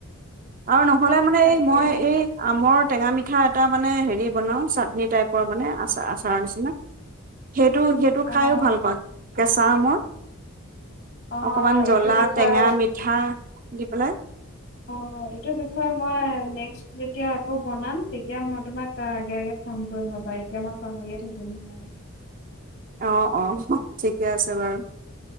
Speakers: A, on the right; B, on the left.
A: আৰু নহ'লে মানে
B: তাকে
A: এই মই এই। আমৰ টেঙা মিঠা এটা মানে হেৰি বনাওঁ চাটনি টাইপৰ মানে আচাৰ আচাৰৰ নিচিনা। সেইটো সেইটো
B: অ',
A: খাইও ভাল পাওঁ কেঁচা আমৰ।
B: অ',
A: অকণমান জ্বলা
B: এইটো বিষয়ে
A: টেঙা মিঠা দি পেলাই।
B: অ', এইটো বিষয়ে মই নেক্স যেতিয়া আকৌ বনাম তেতিয়া মই তোমাক তাৰ আগে আগে ফোন কৰিম ৰ'বা এতিয়া মই পাহৰিয়ে থাকিম নহলে।
A: অ', অ', ঠিকে আছে বাৰু।